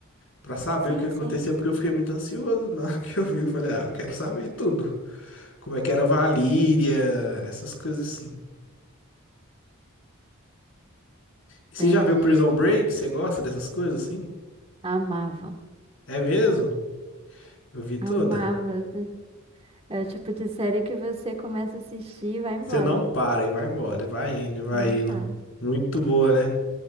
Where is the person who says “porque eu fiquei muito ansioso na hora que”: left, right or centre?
Left